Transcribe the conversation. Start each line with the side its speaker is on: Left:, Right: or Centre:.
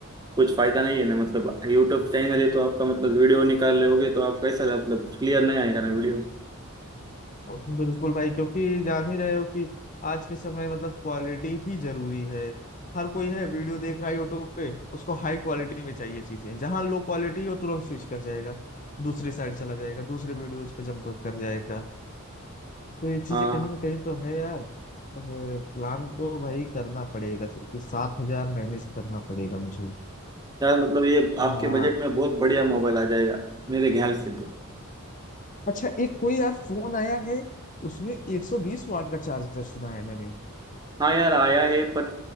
Right: कुछ फायदा नहीं है ना मतलब यूट्यूब चैनल है तो आपका मतलब वीडियो निकाल लोगे तो आप कैसा मतलब क्लियर नहीं आएगा ना वीडियो
Left: बिल्कुल भाई क्योंकि जान ही रहे हो कि आज के समय मतलब क्वालिटी ही जरूरी है हर कोई है वीडियो देख रहा है यूट्यूब पे उसको हाई क्वालिटी में चाहिए चीजें जहां लो क्वालिटी हो तुरंत स्विच कर जाएगा दूसरी साइड चला जाएगा दूसरे वीडियोज पे जंप कर जाएगा तो ये चीजें
Right: हाँ
Left: कहीं ना कहीं तो है यार अब प्लान तो भाई करना पड़ेगा क्योंकि सात हजार मैनेज करना पड़ेगा मुझे
Right: यार मतलब ये
Left: हाँ
Right: आपके बजट में बहुत बढ़िया मोबाइल आ जाएगा मेरे ख्याल से तो
Left: अच्छा एक कोई यार फोन आया है उसमें एक सौ बीस वाट का चार्जर सुना है मैंने
Right: हाँ यार आया है पर